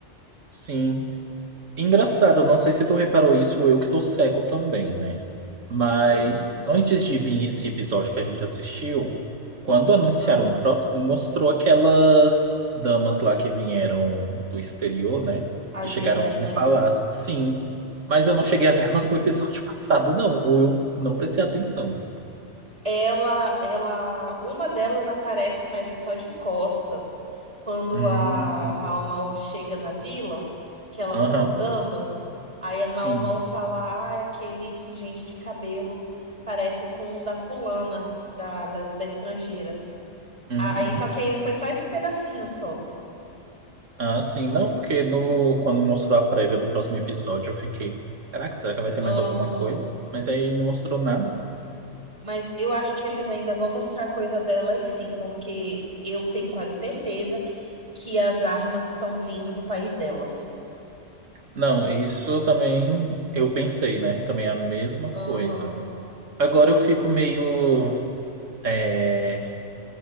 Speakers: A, on the right (about 80°); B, on the right (about 25°).
A: sim. Engraçado, não sei se tu reparou isso ou eu que tô cego também, né? Mas
B: Hum,
A: antes de vir esse episódio que a gente assistiu, quando anunciaram
B: Ah,
A: o próximo, mostrou aquelas damas lá que vieram do exterior, né?
B: as
A: Que chegaram
B: gêmeas,
A: lá no
B: né?
A: palácio. Sim, mas eu não cheguei a <laughs> vê-las no episódio <laughs> passado, não. Ou eu não prestei atenção.
B: Ela, ela, uma delas aparece, mas é só de costas. Quando
A: Hum,
B: a Mao Mao chega na vila, que elas
A: aham,
B: estão andando, aí a
A: sim.
B: Mao Mao fala, ah, aquele pingente de cabelo parece com o da fulana, da, da, da estrangeira.
A: Uhum.
B: Aí, só que aí foi só esse pedacinho só.
A: Ah, sim, não, porque no, quando mostrou a prévia do próximo episódio, eu fiquei, caraca, será que vai ter
B: Aham.
A: mais alguma coisa? Mas aí não mostrou nada.
B: Mas eu acho que eles ainda vão mostrar coisa delas sim, porque eu tenho quase certeza que as armas estão vindo do país delas.
A: Não, isso também eu pensei, né? Também é a mesma
B: Aham,
A: coisa. Agora eu fico meio é,